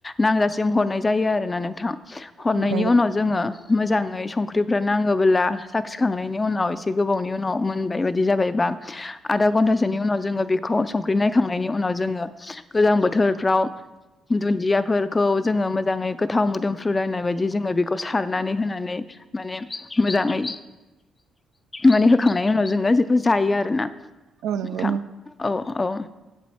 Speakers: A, on the left; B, on the right.
A: नांजासिम हरनाय जायो आरो ना नोंथां हरनायनि
B: औ नंगौ
A: उनाव जोङो मोजाङै संख्रिफ्रा नाङोबोला साखिखांनायनि उनाव एसे गोबावनि उनाव मोनबाय बायदि दि जाबायबा आदा घनथासोनि उनाव जोङो बेखौ संख्रि नायखांनायनि उनाव जोङो गोजां बोथोरफ्राव दुन्दियाफोरखौ जोङो मोजाङै गोथाव मोदोमफ्रु राननाय बायदि जोङो बेखौ सारनानै होनानै माने मोजाङै माने होखांनायनि उनाव जोङो जखौ जायो आरो ना
B: औ नंगौ
A: नोंथां औ औ।